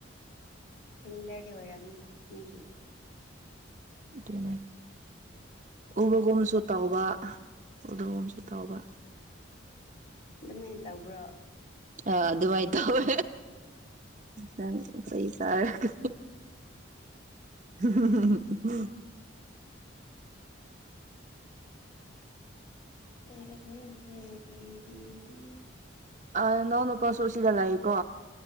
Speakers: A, on the left; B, on the right.
A: ꯐꯦꯃꯤꯂꯔꯗꯤ ꯑꯣꯏꯔꯝꯅꯤ ꯃꯤꯒꯤ
B: ꯑꯗꯨꯅꯦ ꯎꯕꯒꯨꯝꯁꯨ ꯇꯧꯕ ꯎꯗꯒꯨꯝꯨꯁꯨ ꯇꯧꯕ
A: ꯑꯗꯨꯃꯥꯏꯅ ꯇꯧꯕ꯭ꯔꯣ
B: ꯑꯥ ꯑꯗꯨꯃꯥꯏꯅ ꯇꯧꯋꯦ ꯅꯪ ꯀ ꯇꯥꯔꯒ <unintelligible>
A: <unintelligible>
B: ꯑ ꯅꯍꯧꯅ ꯄꯔꯁꯁꯨ ꯁꯤꯗ ꯂꯦꯀꯣ